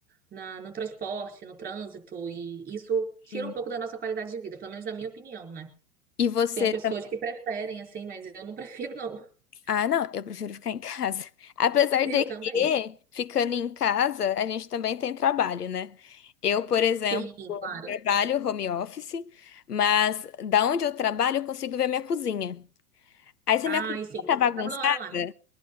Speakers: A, on the right; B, on the left.
A: na, no transporte, no trânsito, e isso tira
B: Sim.
A: um pouco da nossa qualidade de vida, pelo menos na minha opinião, né?
B: E você
A: Tem pessoas que preferem, assim, mas eu não prefiro, não. <laughs>
B: Ah, não, eu prefiro ficar em casa. <laughs> Apesar
A: Eu
B: de
A: também.
B: que, ficando em casa, a gente também tem trabalho, né? Eu, por exemplo,
A: Sim, claro.
B: trabalho home office, mas da onde eu trabalho, eu consigo ver a minha cozinha. Aí se
A: Ai,
B: a minha cozinha
A: sim, tá
B: tá bagunçada,
A: toda hora lá, né?